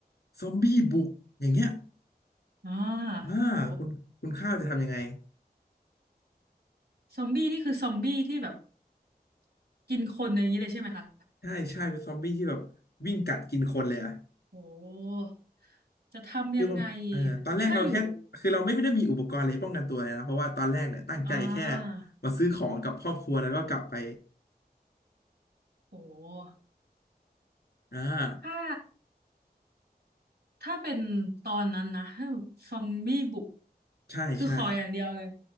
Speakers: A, on the left (about 80°); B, on the right (about 80°).
A: ซอมบี้บุกอย่างเงี้ย
B: อ่า
A: มาคุณคุณข้าวจะทำยังไง
B: โหซอมบี้นี่คือซอมบี้ที่แบบกินคนอย่างนี้เลยใช่ไหมคะ
A: ใช่ใช่เป็นซอมบี้ที่แบบวิ่งกัดกินคนเลยอะ
B: โหจะทำยังไง
A: คือมันเอ่อตอนแรกเราแค่คือเราไม่ไม่ได้มีอุปกรณ์อะไรป้องกันตัวเลยนะเพราะว่าตอนแรกเนี่ยตั้งใจแค่
B: ถ้าอยู่อ่า
A: มาซื้อของกับครอบครัวแล้วก็กลับไป
B: โห
A: อ่า
B: ถ้าถ้าเป็นตอนนั้นนะถ้าซอมบี้บุก
A: ใช่ใช่
B: คือขออย่างเดียวเลย